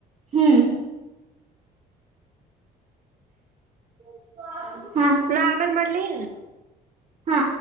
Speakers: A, on the right; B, on the right.
A: ಹ್ಮ್. <inaudible>
B: ನಾ ಆಮೇನ್ ಮಾಡ್ಲಿ.
A: ಹಾ.